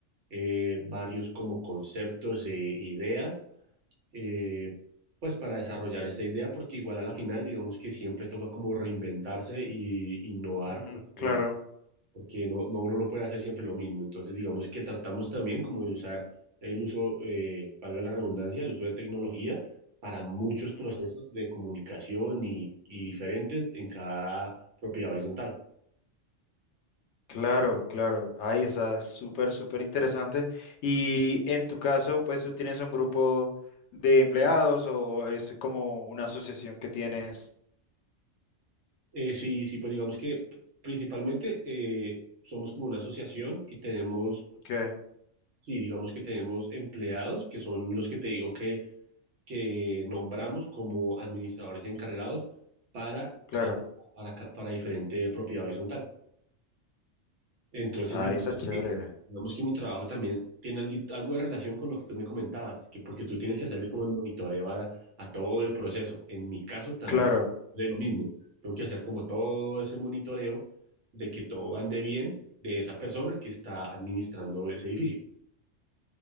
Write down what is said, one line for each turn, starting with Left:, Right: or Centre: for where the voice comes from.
Right: eh, varios como conceptos e ideas eh, pues para desarrollar esta idea porque igual a la final digamos que siempre toca como reinventarse y innovar
Left: ujú,
Right: porque
Left: claro,
Right: porque no, no, uno no puede hacer siempre lo mismo. Entonces, digamos que tratamos también como de usar el uso, eh, valga la redundancia, el uso de tecnología para muchos procesos
Left: ujú,
Right: de comunicación y, y diferentes en cada propiedad horizontal.
Left: claro, claro. Ahí está, súper, súper interesante. Y en tu caso, pues tú tienes un grupo de empleados o es como una asociación que tienes.
Right: Eh, sí, sí, pues digamos que principalmente eh, somos como una asociación y tenemos,
Left: Ok,
Right: sí, digamos que tenemos empleados que son los que te digo que, que nombramos como administradores encargados para,
Left: claro.
Right: ca- para, ca- para diferente propiedad horizontal. Entonces,
Left: Ahí
Right: digamos
Left: está chévere.
Right: que, digamos que mi trabajo también tiene algui- algo, de relación con lo que tú me comentabas, que porque tú tienes que hacerle
Left: Ujú,
Right: como el monitoreo a, a todo el proceso. En mi caso también
Left: Claro.
Right: de lo mismo. Tengo que hacer como todo ese monitoreo de que todo ande bien de esa persona que está administrando ese edificio.